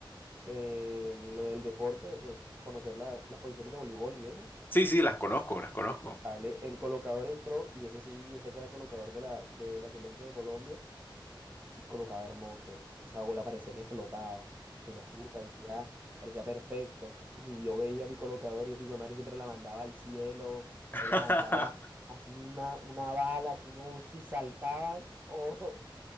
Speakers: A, on the right (about 20°); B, on the left (about 25°).
A: en lo del deporte, pues conocer la- las posiciones de voleibol y eso.
B: Sí, sí, las conozco, las conozco.
A: Vale, el colocador entró y ese sí, yo sé que era colocador de la, de la sub veinte de Colombia. y colocaba hermoso. Esa bola parecía que flotaba, te lo juro, parecía, parecía perfecta. Y si yo veía mi colocador y ese hijo de madre siempre la mandaba al cielo
B: <laughs>
A: o la mandaba así una, una bala que uno si saltabas <laughs> o,